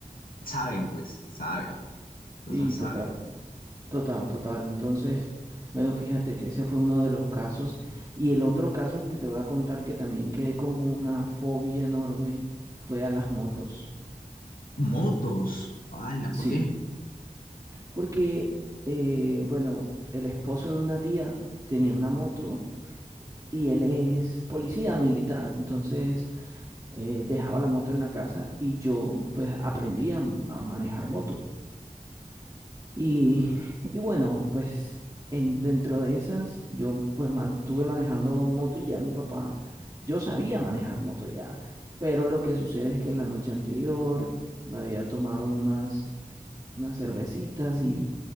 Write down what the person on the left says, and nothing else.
Saben, pues, saben. Estos
son sabios.
Motos. ¡Hala!
¿Por qué? <laughs>